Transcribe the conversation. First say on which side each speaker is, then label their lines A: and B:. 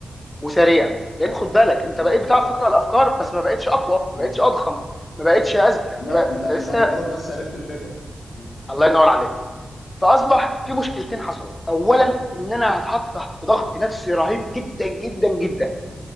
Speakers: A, on the left; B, on the left.
A: وسريع
B: مم.
A: لان خد بالك انت
B: ايوه
A: بقيت بتعرف تقرا الافكار بس ما بقتش اقوى ما
B: مم.
A: بقتش اضخم ما بقتش اذكى ما
B: لا
A: بق... انت
B: انت انت
A: لسه
B: مجرد بس عرفت الفكره مم.
A: الله ينور عليك فاصبح
B: مم.
A: في مشكلتين حصلوا اولا ان انا
B: مم.
A: هتحط تحت ضغط نفسي رهيب جدا جدا جدا